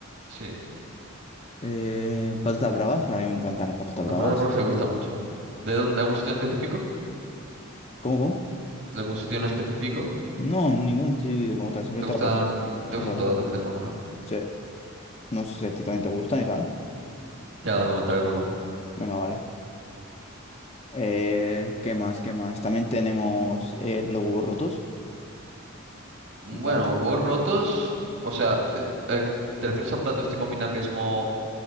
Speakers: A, on the right; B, on the left.
A: Sí.
B: Eh, patatas bravas, para mí me encantan las patatas
A: Las
B: bravas.
A: patatas bravas te gustan mucho. ¿De
B: Sí.
A: dónde? ¿De algún sitio en específico?
B: ¿Cómo, cómo?
A: ¿De algún sitio en específico?
B: No, ningún chile como tal, simplemente
A: ¿Te gustan,
B: las patatas. Las
A: te
B: patatas
A: gustan todas
B: bravas.
A: las que te pongan, ¿no?
B: Sí. No sé si a ti también te gustan y tal.
A: Ya lo comentaré luego.
B: Venga, vale. Eh, ¿qué más? ¿Qué más? También tenemos eh, los huevos rotos.
A: Bueno,
B: Entrante.
A: huevos rotos, o sea, te, eh, te refieres al plato este combinado que es como...